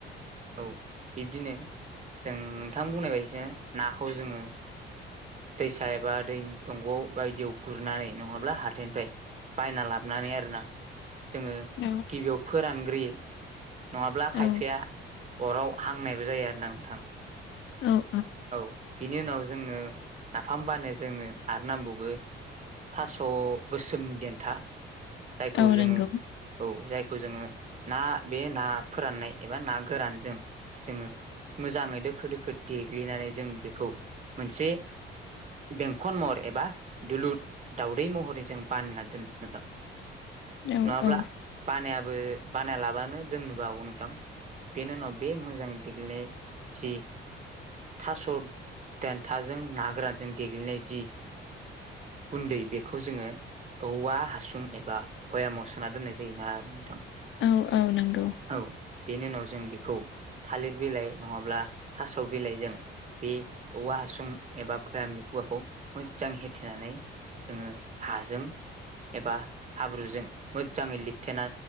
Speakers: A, on the right; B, on the left.
A: औ बिब्दिनो जों नोंथां बुंनाय बायदिनो नाखौ जोङो दैसा एबा दै दंग बायदियाव गुरनानै नङाब्ला हाथायनिफ्राय बायना लाबोनानै आरोना जोङो
B: औ
A: गिबियाव फोरानग्रोयो नङाब्ला
B: औ
A: खायफाया अराव हांनायबो जायो आरो ना नोंथां
B: औ
A: औ बिनि उनाव जोंनो नाफाम बाननो जोंनो आरो नांबावगो थास गोसोम देन्था जायखौ
B: औ
A: जोङो
B: नंगौ
A: औ जाय खौ जोङो ना बे ना फोराननाय एबा ना गोरानजों जोङो मोजाङै दोखो दोखो देग्लिनानै जों बेखौ मोनसे बेंखन महर एबा दुलुर दावदै महरै जों बानना दोननो नोंथां
B: औ
A: नङाब्ला
B: औ
A: बानायाबो बानायालाबानो दोननोबोहागौ नोंथां बेनि उनाव बे मोजां दिग्लिनाय जि थास देन्थाजों ना गोरानजों देग्लिनाय जि गुन्दै बेखौ जोङो औवा हासुं एबा भयामाव सोना दोननाय जायोना आरो नोंथां
B: औ औ नोंगौ
A: औ बेनि उनाव जों बिखौ थालिर बिलाइ नङाब्ला थास बिलाइजों बे औवा हासुं एबा भयामनि खुगाखौ मोजां होेथेनानै जोङो हाजों एबा हाब्रुजों मोजाङै लिरथेना